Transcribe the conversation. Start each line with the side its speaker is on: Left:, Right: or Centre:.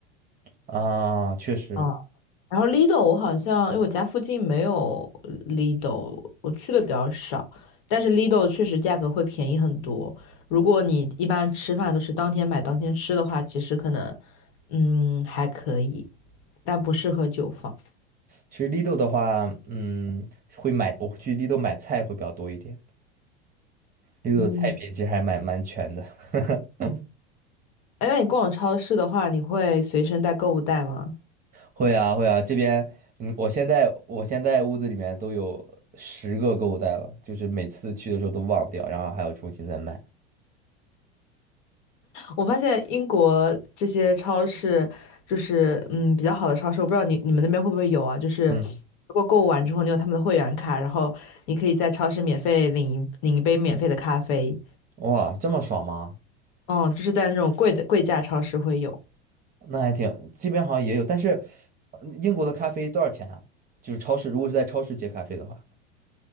Right: 啊，确实，
Left: 啊，然后 Lido 我好像因为我家附近没有 Lido，我去的比较少，但是 Lido 确实价格会便宜很多。如果你一般吃饭都是当天买当天吃的话，其实可能嗯还可以，但不适合久放。
Right: 其实 Lidl 的话，嗯，会买，我会去 Lidl 买菜会比较多一点，Lidl
Left: 嗯，
Right: 的菜品其实还蛮蛮全的。<laughs>
Left: 哎，那你逛超市的话，你会随身带购物袋吗？
Right: 会啊会啊，这边嗯，我现在我现在屋子里面都有十个购物袋了，就是每次去的时候都忘掉，然后还要重新再买。
Left: 我发现英国这些超市，就是嗯比较好的超市，我不知道你你们那边会不会有啊？就是
Right: 嗯，
Left: 如果购物完之后，你有他们的会员卡，然后你可以在超市免费领一领一杯免费的咖啡。
Right: 哇，这么爽吗？
Left: 嗯，就是在那种贵的贵价超市会有
Right: 那还挺，这边好像也有，但是呃英国的咖啡多少钱啊？就是超市，如果是在超市接咖啡的话。